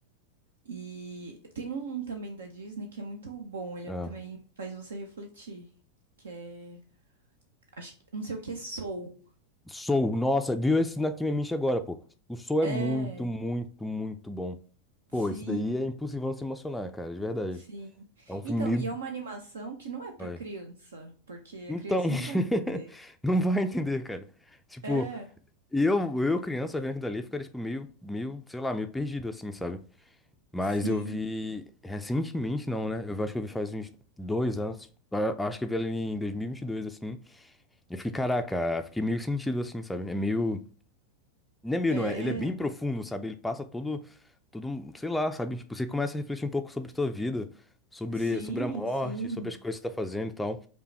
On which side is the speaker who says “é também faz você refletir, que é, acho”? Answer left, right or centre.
Right